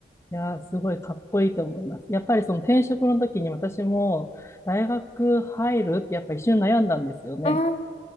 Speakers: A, on the left; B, on the left.
A: いやー、すごいかっこいいと思います。やっぱりその転職の時に私も大学入るってやっぱ一瞬悩んだんですよね。
B: うんうん